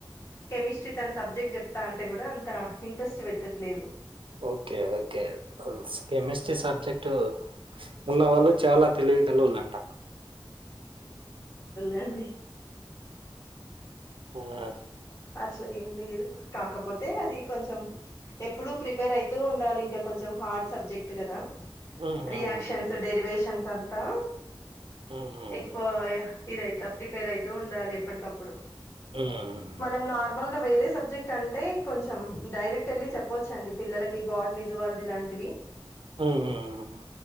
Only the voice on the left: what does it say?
కెమిస్ట్రీ తన సబ్జెక్ట్ చెప్తా అంటే కూడా అంత ఇంట్రెస్ట్ పెట్టట్లేదు
అంది
అట్ల ఏం లేదు కాకపోతే అది కొంచెం ఎప్పుడు ప్రిపేర్ అయితూ ఉండాలి ఇంకా కొంచెం హార్డ్ సబ్జెక్ట్ కదా
రియాక్షన్స్ డెరివేషన్స్ అం తా
ఎక్కువ ఇదైతా ప్రిపేరయితూ ఉండాలి ఎప్పటికప్పుడు
మనం నార్మల్గా వేరే స్ సబ్జెక్ట్ అంటే కొంచెం డైరెక్ట్ ఎళ్ళి చెప్ చెప్పొచ్చండి పిల్లలకి బాట్ని జవాల్జి ఇలాంటివి